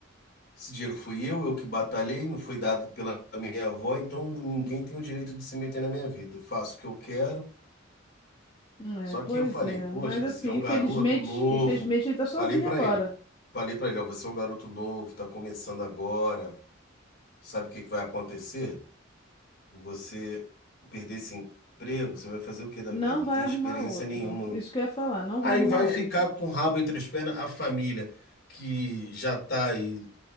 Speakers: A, on the left; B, on the left.
A: Esse dinheiro fui eu, eu que batalhei, não foi dado pela minha avó, então ninguém tem o direito de se meter na minha vida. Faço o que eu quero.
B: É,
A: Só
B: pois
A: que eu falei,
B: é,
A: poxa,
B: mas
A: você
B: assim,
A: é um
B: infelizmente,
A: garoto novo.
B: infelizmente ele tá sozinho
A: Falei pra
B: agora.
A: ele, falei pra ele, ó, você é um garoto novo, tá começando agora. Sabe o que que vai acontecer? Você perder esse emprego, você vai fazer o que da
B: Não
A: vida? Não
B: vai
A: tem
B: arrumar
A: experiência
B: outro.
A: nenhuma.
B: Isso que eu ia falar, não
A: Aí
B: vai arrumar
A: vai
B: outro.
A: ficar com o rabo entre as pernas a família que já tá aí